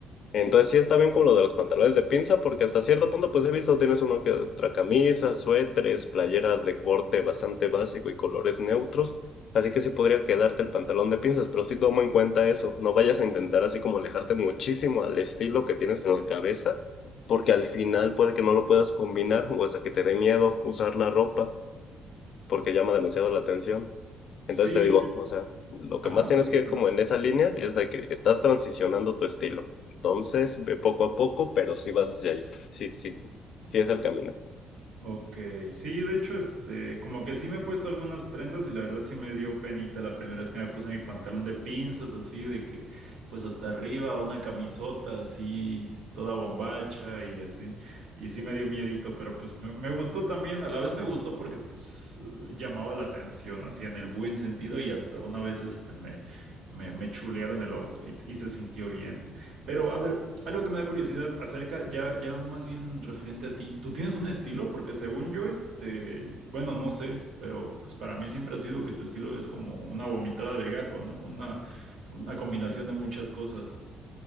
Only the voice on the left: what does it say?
Entonces sí está bien como lo de los pantalones de pinza, porque hasta cierto punto pues he visto tienes uno que otra camisa, suéteres, playeras de corte bastante básico y colores neutros, así que sí podría quedarte el pantalón de pinzas, pero sí toma en cuenta eso, no vayas a intentar así como alejarte muchísimo al estilo que tienes en la cabeza, porque al final puede que no lo puedas combinar o hasta que te dé miedo usar la ropa porque llama demasiado la atención.
Entonces te digo,
o sea, lo que
más tienes
que ir
como en esa línea es de que estás transicionando tu estilo. Entonces, ve poco a poco, pero sí vas hacia allá. Sí, sí, sí es el camino.